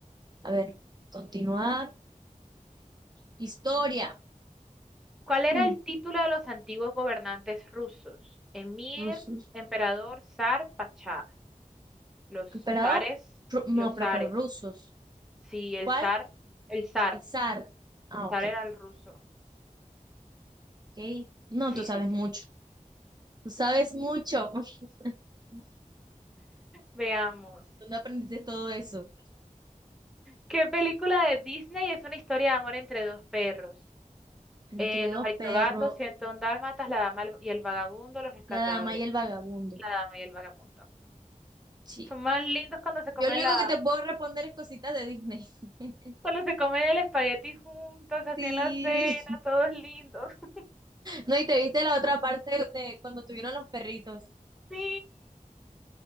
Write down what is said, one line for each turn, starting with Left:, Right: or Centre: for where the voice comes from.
Right: a ver, continuar. Historia,
Centre: ¿Cuál era
Right: mm,
Centre: el título de los antiguos gobernantes rusos? Emir,
Right: rusos.
Centre: emperador, zar, pachá. Los
Right: ¿Emperador?
Centre: zares,
Right: Ru- no,
Centre: los
Right: pero,
Centre: zares.
Right: pero rusos.
Centre: Sí, el
Right: ¿Cuál?
Centre: zar, el zar.
Right: El zar. Ah,
Centre: El zar
Right: ok,
Centre: era el ruso.
Right: ok. No,
Centre: Sí,
Right: tú sabes
Centre: sí, sí.
Right: mucho, tú sabes mucho. <laughs>
Centre: Veamos.
Right: ¿Dónde aprendiste todo eso?
Centre: ¿Qué película de Disney es una historia de amor entre dos perros?
Right: Entre
Centre: Eh,
Right: dos
Centre: los Aristogatos,
Right: perros,
Centre: 101 Dálmatas, La Dama el- y el Vagabundo, Los Rescatadores.
Right: la dama y el vagabundo.
Centre: La Dama y el Vagabundo.
Right: Sí.
Centre: Son más lindos cuando se comen
Right: Yo lo único
Centre: la,
Right: que te puedo responder es cositas de Disney. <laughs>
Centre: cuando se comen el espagueti juntos, así
Right: Sí,
Centre: en la cena, todos lindos. <laughs>
Right: No, y te viste la otra parte de cuando tuvieron los perritos.
Centre: Sí,